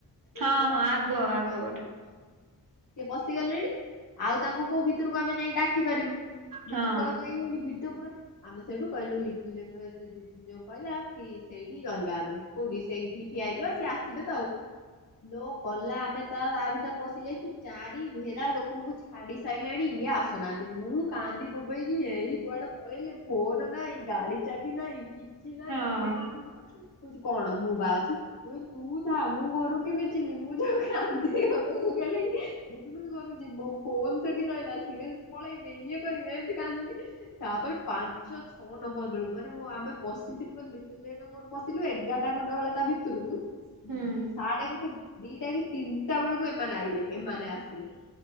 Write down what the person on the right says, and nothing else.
ହଁ
ହଁ ଆଗ ଆଗ
ପଟେ
ହଁ
ହଁ
ହୁଁ